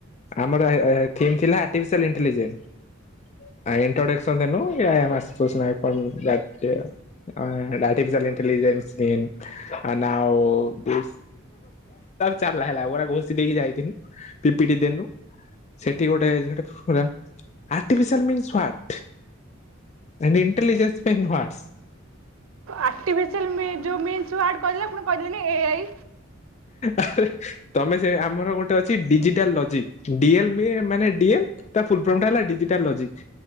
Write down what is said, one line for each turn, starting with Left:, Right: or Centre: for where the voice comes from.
Left: ଆମର ଏ-ଏ ଥିମ୍ ଥିଲା, ଆର୍ଟିଫିସିଆଲ୍ ଇଣ୍ଟେଲିଜେନ୍ସ। ଆଉ ଇଣ୍ଟ୍ରୋଡକ୍ସ ଅନ୍ ଦେନୁ <inaudible> ହଁ ଆର୍ଟିଫିଲଣ୍ଟେଲିଜେନ୍ସ ଆ ନାଓ-ଓ ତ ଚା ହେଲା ଗ- ଘଷି ଦେଇକି ଯାଇଥିଲିନୁ ପିପିଟି ଦେନୁ ସେଠି ଗୋଟେ ଝିଅ ଟେ ପୁରା artificial means what intelligence means what's.
Right: Artificial ମି ଯୋଉ ମିନ୍ସ୍ ୱାଟ୍ ଯୋଉ କହିଲେ କହିଲାନି ଏ ଆଇ।
Left: ଆରେ। ତମେ ସେ ଆମର ଗୋଟେ ଅଛି ଡିଜିଟାଲ୍ ଲଜିକ୍ ଡିଏଲ ମାନେ ଡିଏଲ୍। ତା ଫୁଲ୍ ଫର୍ମ ଟା ହେଲା ଡିଜିଟାଲ୍ ଲୋଜିକ୍।